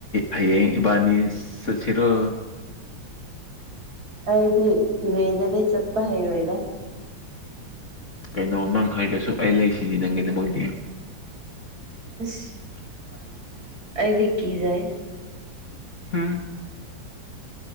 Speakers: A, on the left (about 40°); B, on the right (about 50°).
A: ꯍꯌꯦꯡ ꯏꯕꯥꯅꯤ ꯆꯠꯁꯤꯔꯣ
B: ꯑꯩꯗꯤ ꯇꯨꯔꯦꯟꯗꯗꯤ ꯆꯠꯄ ꯍꯩꯔꯣꯏꯗ
A: ꯀꯩꯅꯣ ꯅꯪ ꯍꯥꯏꯇꯔꯁꯨ ꯑꯩ ꯂꯩ ꯁꯤꯗꯤ ꯅꯪꯒꯤꯗꯃꯛꯇꯤ
B: ꯑꯁ
A: <unintelligible>
B: ꯑꯩꯗꯤ ꯀꯤꯖꯩ
A: ꯍꯥꯝ